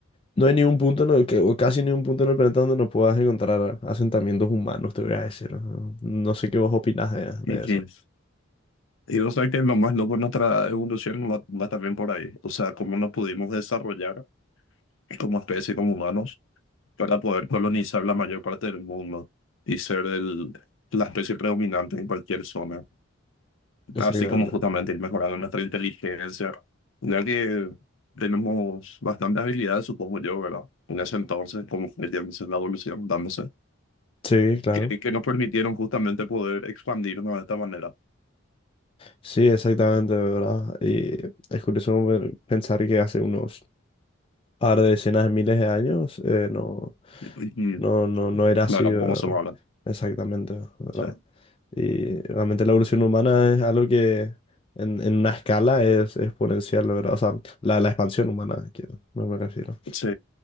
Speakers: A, on the left; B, on the left.
A: no hay ningún punto en el que, o casi ningún punto en el planeta donde no puedas encontrar asentamientos humanos, te voy a decir. No No sé qué vos opinás de, de
B: Ujú.
A: eso.
B: Y vos sabés que lo más loco de nuestra evolución va, va también por ahí. O sea, cómo nos pudimos desarrollar como especie, como humanos, para poder colonizar la mayor parte del mundo y ser el, la especie predominante en cualquier zona.
A: Exactamente.
B: Así como justamente ir mejorando nuestra inteligencia, ya que tenemos bastantes habilidades, supongo yo, ¿verdad? En ese entonces, como que ya dice la evolución, dándose,
A: Sí, claro.
B: que, que nos permitieron justamente poder expandirnos de esta manera.
A: Sí, exactamente, ¿verdad? Y es curioso pe- pensar que hace unos Ahora de decenas de miles de años, eh, no,
B: Y, y
A: no, no, no era
B: hablamos
A: así, ¿verdad?
B: como somos ahora.
A: Exactamente, ¿verdad?
B: Sí,
A: Y realmente la evolución humana es algo que en, en una escala es exponencial, ¿verdad? O sea, la, la expansión humana, quiero, me me refiero.
B: sí.